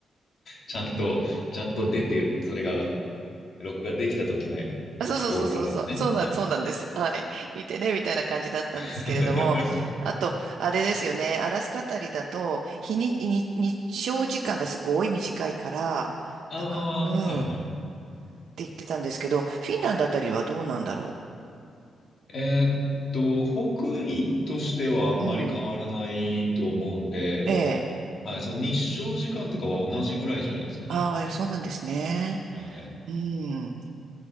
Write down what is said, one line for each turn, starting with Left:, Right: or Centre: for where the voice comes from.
Left: ちゃんと、ちゃんと出て、それが、録画できた時の
Right: あそうそうそうそうそう、
Left: オーロラですね。
Right: そうなん、
Left: はい。
Right: そうなんです。はい。見てね、みたいな感じだったんですけれども。
Left: <laughs>
Right: あと、あれですよね、アラスカあたりだと、日に、に日照時間がすごい短いから、
Left: ああ、
Right: なんか、うん。
Left: はいはい。
Right: 言ってたんですけど、フィンランドあたりはどうなんだろ
Left: えーっと、北緯としてはあんまり変わらないと思うんで、
Right: う。うん。うんええ。
Left: はい、その日照時間とかは同じぐらいじゃないですかね。
Right: ああ、そうなんですね。
Left: はい
Right: うん。